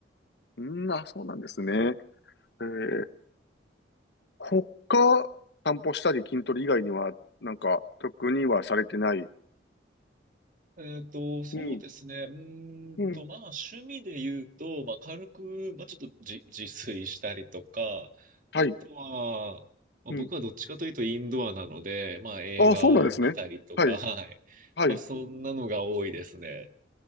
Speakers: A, on the left (about 65°); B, on the right (about 45°).
A: うん、あ、そうなんですね。えー、他、散歩したり筋トレ以外には、なんか、特にはされてない。
B: えっと、そうですね。
A: うん。
B: うーんと、
A: うん。
B: まあ、趣味で言うと、まあ、軽く、まあ、ちょっと自、自炊したりとか、
A: はい。
B: あとは、まあ、
A: うん。
B: 僕はどっちかというとインドアなので、まあ、映画を見たりとか、
A: ああ、そうなんですね。はい。
B: <laughs> はい。
A: はい。
B: まあ、そんなのが多いですね。